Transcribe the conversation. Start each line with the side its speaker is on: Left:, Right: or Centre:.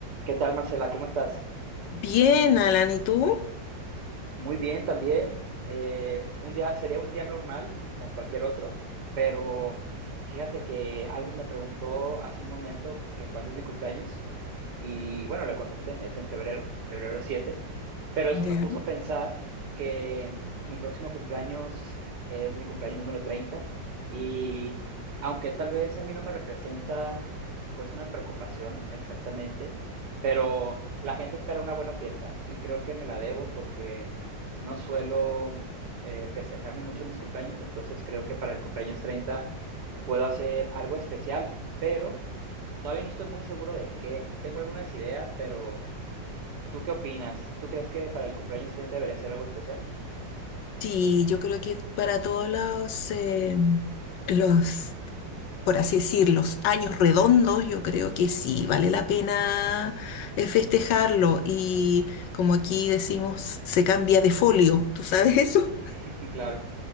Right: ¿Qué tal, Marcela? ¿Cómo estás?
Left: Bien, Alan, ¿y tú?
Right: Muy bien también. Eh, un día, sería un día normal, como cualquier otro, pero fíjate que alguien me preguntó hace un momento que cuándo es mi cumpleaños y bueno, le contesté, es en febrero, febrero siete pero eso
Left: Ya.
Right: me puso a pensar que mi próximo cumpleaños es mi cumpleaños número treinta y aunque tal vez a mí no me representa pues una preocupación exactamente, pero la gente espera una buena fiesta y creo que me la debo porque no suelo eh, festejarme mucho en mis cumpleaños, entonces creo que para el cumpleaños 30 puedo hacer algo especial, pero todavía no estoy muy seguro de qué. Tengo algunas ideas, pero ¿tú qué opinas? ¿Tú crees que para el cumpleaños treinta debería ser algo especial?
Left: Sí, yo creo que para todos los, eh, los, por así decir, los años redondos, yo creo que sí, vale la pena eh, festejarlo. Y como aquí decimos, se cambia de folio, ¿tú sabes eso?
Right: <laughs> claro,